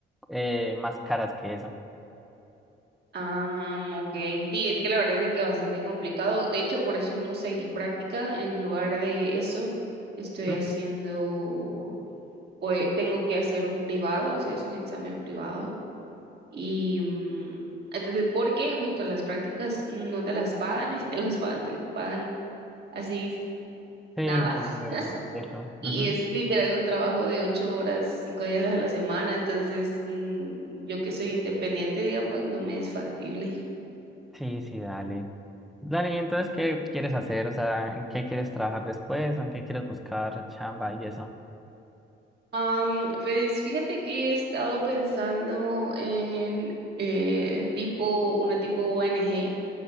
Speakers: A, in the centre; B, on the right.
A: eh, más caras que eso.
B: ah, ok. Sí, es que la verdad es de que bastante complicado. De hecho, por eso no seguí práctica. En lugar de eso, estoy
A: Ujú,
B: haciendo, pues, tengo que hacer un privado, o sea, es un examen privado. Y mm, entonces, porque justo las prácticas no te las pagan y si te las pagan, te las pagan así
A: Sí,
B: nada.
A: por
B: <laughs>
A: eso. ujú.
B: Y es literal un trabajo de ocho horas, cinco días a la semana, entonces mm, yo que soy independiente, digamos, no me es factible.
A: Sí, sí, dale. Dale, ¿y entonces qué quieres hacer? O sea, ¿en qué quieres trabajar después? ¿O ¿En qué quieres buscar chamba y eso?
B: Am, pues fíjate que he estado pensando en eh, tipo, una tipo ONG,